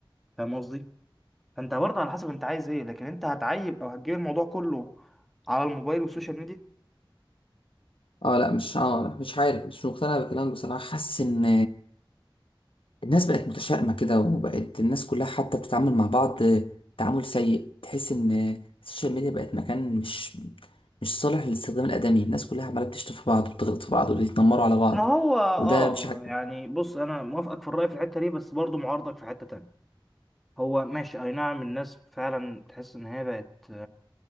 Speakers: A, in the centre; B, on the left.
A: فاهم قصدي فانت برضه على حسب انت عايز ايه لكن انت هتعيب او هتجيب الموضوع كله على الموبايل والسوشيال ميديا
B: اه لا مش اه لا، مش عارف مش مقتنع بكلامك بصراحة حاسس ان الناس بقت متشائمة كده وبقت الناس كلها حتى بتتعامل مع بعض تعامل سيء تحس ان السوشيال ميديا بقت مكان مش مش صالح للاستخدام الآدمي الناس كلها عمالة بتشتم في بعض وبتغلط في بعض وبيتنمروا على بعض
A: ما هو اه
B: وده مش عاجبني
A: يعني بص انا موافقك في الرأي في الحتة دي بس برضه معارضك في حتة تانية هو ماشي اي نعم الناس فعلا تحس ان هي بقت